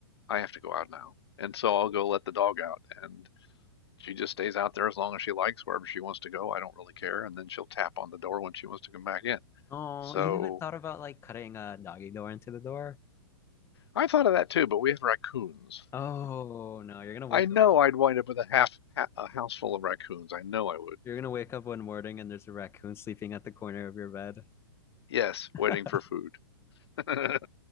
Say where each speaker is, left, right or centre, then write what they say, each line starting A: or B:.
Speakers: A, on the left; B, on the left.
A: I have to go out now. And so I'll go let the dog out and she just stays out there as long as she likes, wherever she wants to go. I don't really care. And then she'll tap on the door when she wants to come back in.
B: oh,
A: So
B: you haven't thought about like cutting a doggy door into the door?
A: I thought of that too, but we have raccoons.
B: Oh no, you're gonna wake
A: I know
B: up
A: I'd wind up with a half a house full of raccoons. I know I would.
B: You're gonna wake up one morning and there's a raccoon sleeping at the corner of your bed.
A: Yes,
B: <laughs>
A: waiting for food. <laughs>